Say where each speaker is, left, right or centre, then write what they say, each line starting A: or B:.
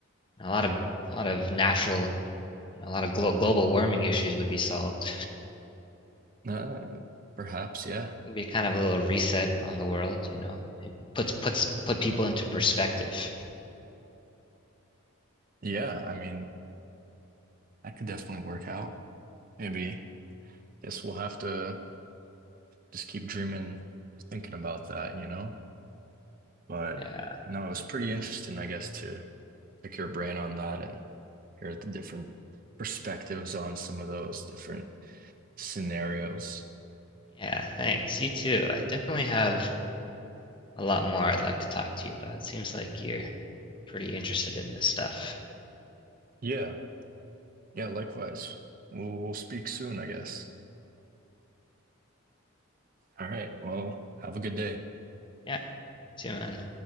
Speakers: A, on the left; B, on the right.
A: and A lot of, a lot of natural, a lot of glo global warming issues would be solved.
B: Uh, perhaps. Yeah.
A: It'd be kind of a little reset on the world, you know. It puts puts put people into perspective.
B: Yeah. I mean, that could definitely work out. Maybe. Guess we'll have to just keep dreaming, thinking about that. You know. But
A: Yeah.
B: no, it was pretty interesting, I guess, to pick your brain on that and hear the different perspectives on some of those different scenarios.
A: Yeah, thanks. You too. I definitely have a lot more I'd like to talk to you about. It seems like you're pretty interested in this stuff.
B: Yeah, yeah, likewise. We'll we'll speak soon, I guess. All right. Well, have a good day.
A: Yeah, you too, man.